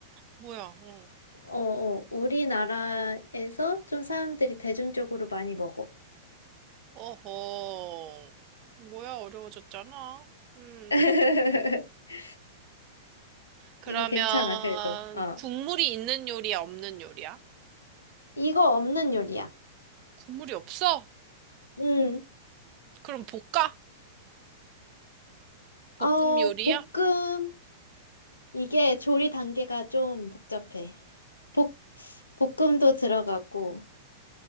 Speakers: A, on the right; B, on the left.
A: 뭐야, 어.
B: 어, 어, 우리나라에서 좀 사람들이 대중적으로 많이 먹어.
A: 어허. 뭐야, 어려워졌잖아. 음.
B: <laughs>
A: 그러면
B: 이거 괜찮아, 그래도. 어.
A: 국물이 있는 요리야, 없는 요리야?
B: 이거 없는 요리야.
A: 국물이 없어?
B: 음,
A: 그럼 볶아? 볶음
B: 어,
A: 요리야?
B: 볶음. 이게 조리 단계가 좀 복잡해. 볶, 볶음도 들어가고,